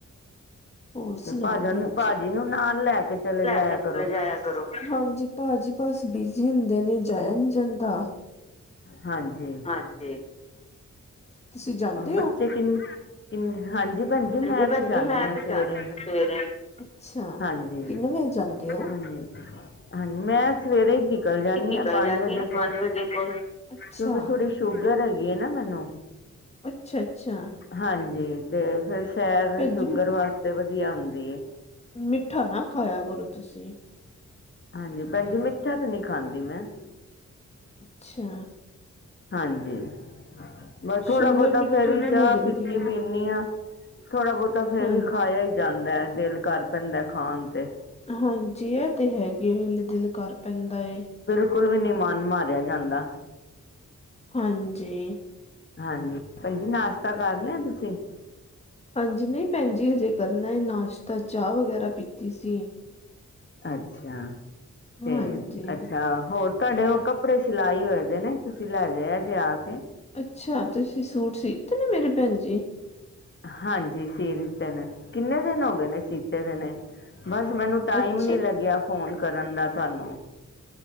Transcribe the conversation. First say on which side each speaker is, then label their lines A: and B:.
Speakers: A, on the left; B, on the left.
A: ਹੋਰ ਸੁਣਾਓ।
B: ਤੇ ਭਾਜਨ
A: ਭੈਣ
B: ਭਾਜੀ
A: ਜੀ
B: ਨੂੰ ਨਾਲ ਲੈ ਕੇ ਚਲੇ
A: ਪੈਦਲ
B: ਜਾਇਆ
A: ਚਲੇ
B: ਕਰੋ
A: ਜਾਇਆ ਕਰੋ। ਹਾਂਜੀ, ਭਾਜੀ ਬਸ ਬਿਜੀ ਹੁੰਦੇ ਨੇ ਜਾਇਆ ਨੀ ਜਾਂਦਾ।
B: ਹਾਂਜੀ।
A: ਹਾਂਜੀ। ਤੁਸੀਂ ਜਾਂਦੇ
B: ਬੱਚੇ
A: ਹੋ
B: ਕਿੰਨੇ ਕਿੰਨੇ ਹਾਂਜੀ, ਭੈਣ ਜੀ
A: ਹਾਂਜੀ
B: ਮੈਂ
A: ਭੈਣ
B: ਤੇ ਜਾਂਦੀ
A: ਜੀ ਮੈਂ
B: ਹਾਂ
A: ਤੇ
B: ਸਵੇਰੇ
A: ਜਾਂਦੀ ਹਾਂ ਸਵੇਰੇ ਅੱਛਾ
B: ਹਾਂਜੀ।
A: ਕਿੰਨੇ ਵਜੇ ਜਾਂਦੇ ਹੋ
B: ਹਾਂਜੀ, ਹਾਂਜੀ ਮੈਂ ਸਵੇਰੇ ਈ ਕੀ ਨਿਕਲ ਜਾਂਦੀ
A: ਨਿਕਲ
B: ਆ ਪੰਜ
A: ਜਾਂਦੀ
B: ਵਜੇ
A: ਆ ਪੰਜ
B: ਕੁ,
A: ਵਜੇ ਕੋਲ ਅੱਛਾ
B: ਕਿਉਂਕਿ ਥੋੜ੍ਹੀ ਸ਼ੂਗਰ ਹੈਗੀ ਹੈ ਨਾ ਮੈਨੂੰ।
A: ਅੱਛਾ - ਅੱਛਾ।
B: ਹਾਂਜੀ ਤੇ ਫਿਰ ਸੈਰ
A: ਭੈਣ
B: ਸ਼ੂਗਰ
A: ਜੀ
B: ਵਾਸਤੇ ਵਧੀਆ ਹੁੰਦੀ ਐ।
A: ਮਿੱਠਾ ਨਾ ਖਾਇਆ ਕਰੋ ਤੁਸੀਂ।
B: ਹਾਂਜੀ ਭੈਣ ਜੀ ਮਿੱਠਾ ਤੇ ਨਹੀ ਖਾਂਦੀ ਮੈਂ।
A: ਅੱਛਾ।
B: ਹਾਂਜੀ, ਮੈਂ ਥੋੜਾ
A: ਸ਼ੂਗਰ
B: -ਬਹੁਤਾ
A: ਮਿੱਠੇ
B: ਫੇਰ ਵੀ
A: ਨਾਲ
B: ਚਾਹ
A: ਹੋ ਜਾਂਦੀ
B: ਫਿੱਕੀ
A: ਹੈ
B: ਪੀਂਦੀ ਹਾਂ। ਥੋੜ੍ਹਾ -ਬਹੁਤਾ ਫੇਰ
A: ਹਾਂਜੀ
B: ਵੀ ਖਾਇਆ ਹੀ ਜਾਂਦਾ ਦਿਲ ਕਰ ਪੈਂਦਾ ਖਾਣ ਤੇ
A: ਹਾਂਜੀ ਇਹ ਤੇ ਹੈਗੇ ਹਲੇ ਦਿਲ ਕਰ ਪੈਂਦਾ ਏ।
B: ਬਿਲਕੁੱਲ ਵੀ ਨੀ ਮਨ ਮਾਰਿਆ ਜਾਂਦਾ।
A: ਹਾਂਜੀ।
B: ਹਾਂਜੀ ਭੈਣ ਜੀ ਨਾਸ਼ਤਾ ਕਰ ਲਿਆ ਤੁਸੀਂ।
A: ਹਾਂਜੀ, ਨਹੀਂ ਭੈਣ ਜੀ ਹਜੇ ਕਰਨਾ ਨਾਸ਼ਤਾ ਚਾਹ ਵਗੈਰਾ ਪੀਤੀ ਸੀ।
B: ਅੱਛਾ
A: ਹਾਂਜੀ
B: ਤੇ ਅੱਛਾ ਹੋਰ। ਤੁਹਾਡੇ ਉਹ ਕੱਪੜੇ ਸਿਲਾਈ ਹੋਏ ਦੇ ਨੇ, ਤੁਸੀਂ ਲੈ ਜਾਇਆ ਜੇ ਆ ਕੇ।
A: ਅੱਛਾ, ਤੁਸੀਂ ਸੂਟ ਸੀਤੇ ਨੀ ਮੇਰੇ ਭੈਣ ਜੀ।
B: ਹਾਂਜੀ ਸੀ ਦਿੱਤੇ ਨੇ, ਕਿੰਨੇ ਦਿਨ ਹੋ ਗਏ ਨੇ ਸੀਤੇ ਵੇ ਨੇ। ਬਸ ਮੈਨੂੰ ਟਾਇਮ
A: ਅੱਛਾ
B: ਨੀ ਲੱਗਿਆ ਫੋਨ ਕਰਨ ਦਾ ਤੁਹਾਨੂੰ।